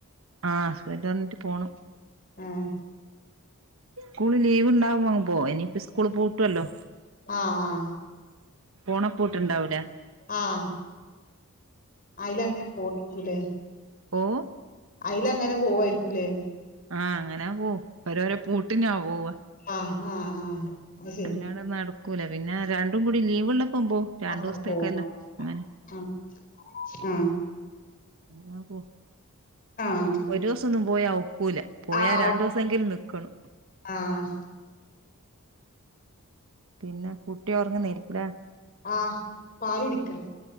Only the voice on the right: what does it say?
ആഹ് ഹസ്ബന്റ വന്ന്റ്റ് പോണം
സ്കൂള് ലീവ് ഇണ്ടാവുമ്പങ് പോവും ഇനിയിപ്പൊ സ്കൂള് പൂട്ടുവല്ലൊ
ഓണപ്പൂട്ട് ണ്ടാവൂലെ
ഓഹ്
ആഹ് അങ്ങന പോവും ഓരൊരൊ പൂട്ടിന്നാ പോവ
അല്ലാതെ നട പിന്നെ രണ്ടും കൂടി ലീവ് ഇള്ളപ്പൊ പോവും രണ്ടൂസത്തേക്കല്ല
അങ്ങനെ
എങ്ങനാ പോ
ഒരൂസൊന്നും പോയാ ഒക്കൂല. പോയാ
രണ്ടൂസെങ്കിലും നിക്കണൊ
പിന്നെ കുട്ടി ഒറ്ങ്ങ്ന്നേര്ക്കുംലെ